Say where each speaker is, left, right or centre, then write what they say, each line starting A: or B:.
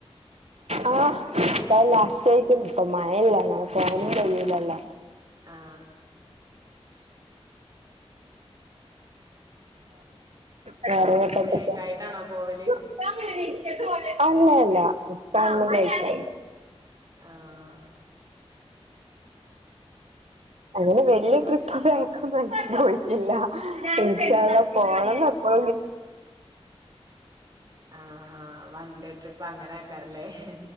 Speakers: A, on the right (about 85°); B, on the right (about 35°).
A: ആ, പ്പ ലാസ്റ്റ് ആയിട്ടും ഇപ്പ മഴയില്ല അങ്ങനെ പോവാനും കഴിയിലല്ലോ
B: ആ ആ
A: വേറെയിട്ടെന്തെക്കെ
B: സ്റ്റേക്ക് ആയിട്ടാണോ പോവല്
A: <unintelligible> അല്ല അല്ല പമിലിആയിട്ടാ
B: ആഹ്
A: അങ്ങനെ വല്യ ട്രിപ്പ് കൊന്നു. <unintelligible> പോണംപ്പോ
B: ആഹ, ആ, വൺണ്ടേ. ട്രിപ്പ് അങ്ങനെ ആക്കാരല്ലേ ഹ്